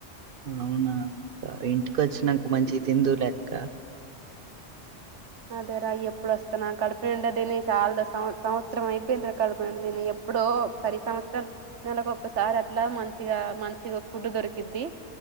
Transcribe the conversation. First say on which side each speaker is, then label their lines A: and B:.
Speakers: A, on the right; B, on the right.
A: అవునా ఇంటికి వచ్చినంక మంచిగా తిందువులె అక్క
B: అదేరా ఎప్పుడు వస్తానా కడుపునిండా తిని చాలా సం సంవత్సరం అయిపోయిందిరా కడుపు నిండా తిని ఎప్ ఎప్పుడో ఒకసారి సంవత్సరం నెల కొక్కసారి అట్లా మంచిగా మంచిగా ఫుడ్ దొరికిద్ది.